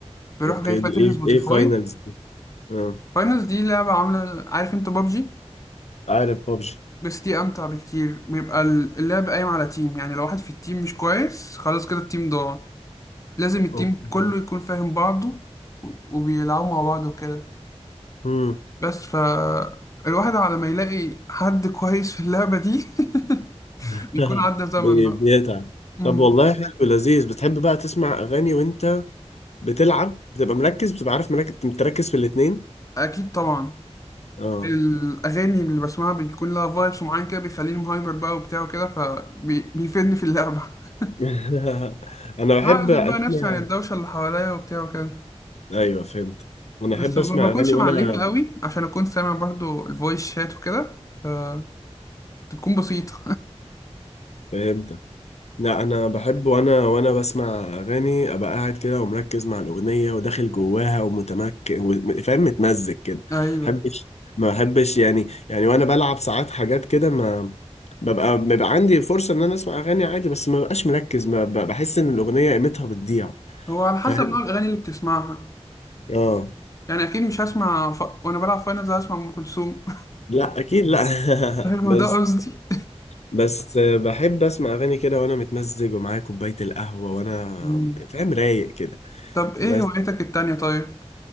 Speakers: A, on the left; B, on the left.
A: بروح
B: اوكي
A: جاي فاتح
B: دي ايه
A: سبوتيفاي
B: ايه فاينلز دي اه
A: فاينلز دي لعبة عاملة عارف انت بابجي
B: عارف بابجي
A: بس دي امتع بكتير بيبقى ال- اللعب قايم على تيم يعني لو واحد في التيم مش كويس خلاص كده التيم ضاع لازم التيم
B: اوكي
A: كله يكون فاهم بعضه و- وبيلعبوا مع بعض وكده
B: مم.
A: بس ف الواحد على ما يلاقي حد كويس في اللعبة دي <laughs>
B: <laughs>
A: بيكون عدى زمن
B: بي-
A: بقى
B: بيتعب
A: امم
B: طب والله حلو لذيذ بتحب بقى تسمع اغاني وانت بتلعب بتبقى مركز بتبقى عارف مركز متركز في الاتنين
A: اكيد طبعا
B: اه
A: الاغاني اللي بسمعها بيكون لها فايبس معين كده بيخليني هايبر بقى وبتاع وكده فبيفيدني في اللعبه <laughs>
B: <laughs> انا
A: بعزل
B: بحب اسمع
A: بقى نفسي عن الدوشه اللي حواليا وبتاع وكده
B: ايوه فهمت انا
A: بس
B: احب
A: ما
B: اسمع
A: بكونش
B: اغاني
A: معليها
B: وانا
A: قوي عشان اكون سامع برضو الفويس شات وكده فتكون بسيطه
B: فهمت لا انا بحب وانا وانا بسمع اغاني ابقى قاعد كده ومركز مع الاغنيه وداخل جواها ومتمكن و- فاهم متمزج كده
A: <laughs> ايوه
B: ما بحبش ما بحبش يعني يعني وانا بلعب ساعات حاجات كده ما ببقى بيبقى عندي فرصه ان انا اسمع اغاني عادي بس ما ببقاش مركز ما ب- بحس ان الاغنيه قيمتها بتضيع
A: هو على حسب
B: فاهم
A: نوع الاغاني اللي بتسمعها
B: اه
A: يعني اكيد مش هسمع ف... وانا بلعب فاينلز هسمع ام كلثوم
B: لا اكيد لا
A: <laughs>
B: <laughs>
A: هو
B: بس
A: ده قصدي
B: بس بحب اسمع اغاني كده وانا متمزج ومعايا كوبايه القهوه وانا
A: مم.
B: فاهم رايق كده
A: طب ايه
B: بس
A: هوايتك التانية طيب